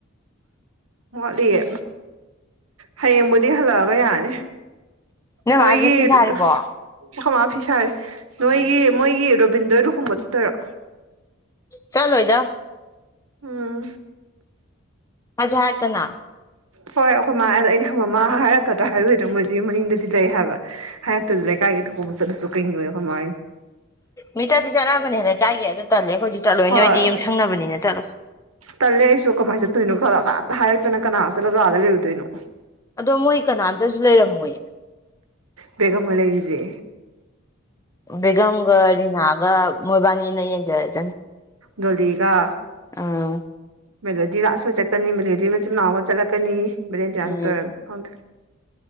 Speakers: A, on the right; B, on the left.
A: ꯋꯥꯠꯂꯤꯌꯦ ꯍꯌꯦꯡꯕꯨꯗꯤ ꯍꯜꯂꯛꯑꯒ ꯌꯥꯅꯤ
B: ꯅꯣꯏ
A: ꯃꯣꯏꯒꯤ
B: ꯃꯥꯒꯤ ꯐꯤ
A: ꯑꯁ
B: ꯁꯥꯔꯤꯕꯣ
A: ꯑꯈꯣꯏꯃꯥ ꯐꯤ ꯁꯥꯔꯤ ꯅꯣꯏꯒꯤ ꯃꯣꯏꯒꯤ ꯔꯣꯕꯤꯟꯗꯣꯏ ꯂꯨꯍꯣꯡꯕ ꯆꯠꯇꯣꯏꯔꯣ
B: ꯆꯠꯂꯣꯏꯗ
A: ꯎꯝ
B: ꯍꯥꯏꯁꯨ ꯍꯥꯏꯔꯛꯇꯅ
A: ꯍꯣꯏ ꯑꯩꯈꯣꯏꯃꯥ ꯑꯗꯣ ꯑꯩꯅ ꯍꯪꯕ ꯃꯥ ꯍꯥꯏꯔꯛꯀꯗ꯭ꯔ ꯍꯥꯏꯔꯛꯑꯣꯏꯗ꯭ꯔ ꯃꯣꯏꯁꯤ ꯃꯅꯤꯡꯗꯗꯤ ꯂꯩ ꯍꯥꯏꯕ ꯍꯥꯏꯔꯛꯇꯁꯨ ꯂꯩꯀꯥꯏꯒꯤ ꯊꯣꯛꯄꯕꯨ ꯆꯠꯂꯨꯆꯣ ꯈꯣꯏꯃꯥꯍꯣꯏꯅ
B: ꯃꯤꯆꯠꯇꯤ ꯆꯠꯅꯕꯅꯦ ꯂꯩꯀꯥꯏꯒꯤ ꯑꯗꯨ ꯇꯜꯂꯦ ꯑꯩꯈꯣꯏꯗꯤ ꯆꯠꯂꯣꯏ
A: ꯍꯣꯏ
B: ꯅꯣꯏꯗꯤ ꯌꯨꯝ ꯊꯪꯅꯕꯅꯤꯅ ꯆꯠꯂꯣ
A: ꯇꯜꯂꯦ ꯑꯩꯁꯨ ꯀꯃꯥꯏꯅ ꯆꯠꯇꯣꯏꯅꯣ ꯈꯔ ꯀꯅꯥ ꯀꯅꯥꯝꯇ ꯍꯥꯏꯔꯛꯇꯅ ꯀꯅꯥꯒ ꯆꯠꯂꯒꯗ ꯑꯥꯗ ꯂꯩꯔꯨꯗꯣꯏꯅꯣ
B: ꯑꯗꯣ ꯃꯣꯏ ꯀꯅꯥꯝꯇꯁꯨ ꯂꯩꯔꯝꯃꯣꯏꯌꯦ
A: ꯕꯦꯒꯝꯍꯣꯏ ꯂꯩꯔꯤꯗꯨꯗꯤ
B: ꯕꯦꯒꯝꯒ ꯔꯤꯅꯥꯒ ꯃꯣꯏꯕꯥꯅꯤꯅ ꯌꯦꯡꯖꯔꯖꯅꯤ
A: ꯗꯣꯜꯂꯤꯒ
B: ꯑꯥ
A: ꯃꯦꯂꯣꯗꯤ ꯂꯥꯛꯑꯁꯣꯏ ꯆꯠꯀꯅꯤ ꯃꯦꯂꯣꯗꯤ ꯃꯆꯤꯟ ꯃꯅꯥꯎ ꯑꯃ ꯆꯠꯂꯛꯀꯅꯤ ꯚꯦꯂꯦꯟꯇꯤꯅꯥ
B: ꯎꯝ
A: ꯆꯠꯇꯣꯏ ꯑꯣꯏꯔꯝꯅꯤ ꯈꯪꯗꯦ